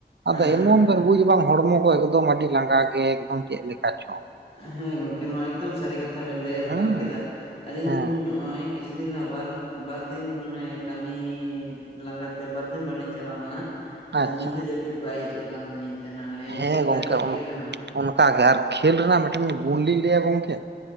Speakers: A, on the left; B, on the right.
A: ᱦᱮᱸ
B: ᱟᱫᱚ ᱮᱢᱚᱱ ᱵᱮᱱ ᱵᱩᱡᱟ ᱵᱟᱝ ᱦᱚᱲᱢᱚ ᱠᱚ ᱮᱠᱫᱚᱢ ᱟᱹᱰᱤ ᱞᱟᱸᱜᱟ ᱜᱮ ᱮᱠᱫᱚᱢ ᱪᱮᱫ ᱞᱮᱠᱟ ᱪᱚᱝ᱾
A: ᱦᱮᱸ ᱜᱚᱝᱠᱮ ᱱᱚᱣᱟ ᱮᱠᱫᱚᱢ ᱥᱟᱹᱨᱤ ᱠᱟᱛᱷᱟ ᱵᱮᱱ ᱞᱟᱹᱭ ᱨᱟᱠᱟᱵ
B: ᱦᱮᱸ
A: ᱠᱮᱫᱟ ᱟᱹᱞᱤᱧ
B: ᱦᱮᱸ
A: ᱱᱚᱜ ᱚᱭ ᱠᱤᱪᱷᱩ ᱫᱤᱱ ᱱᱟᱜ ᱵᱟᱨ ᱵᱟᱨ ᱫᱤᱱ ᱚᱱᱮ ᱠᱟᱹᱢᱤ ᱞᱟᱸᱜᱟ ᱛᱮ ᱵᱟᱨ ᱫᱤᱱ ᱵᱟᱞᱤᱧ ᱪᱟᱞᱟᱣ ᱞᱮᱱᱟ ᱟᱫᱚ
B: ᱟᱪᱪᱷᱟ
A: ᱧᱤᱫᱟᱹ ᱡᱟᱹᱯᱤᱫ ᱵᱟᱭ ᱦᱟᱹᱡᱩᱜ ᱠᱟᱱ ᱛᱟᱞᱤᱧ ᱛᱮᱦᱮᱱᱟ ᱞᱮᱭᱟ
B: ᱦᱮᱸ
A: ᱪᱮᱞᱠᱟ
B: ᱜᱚᱝᱠᱮ
A: ᱪᱤᱠᱟᱹᱜ ᱠᱟᱱᱟ,
B: ᱚᱱᱠᱟ ᱜᱮ ᱟᱨ ᱠᱷᱮᱞ ᱨᱮᱱᱟᱜ ᱢᱮᱫᱴᱮᱱ ᱜᱩᱱᱞᱤᱧ ᱞᱮᱭᱟ ᱜᱚᱝᱠᱮ?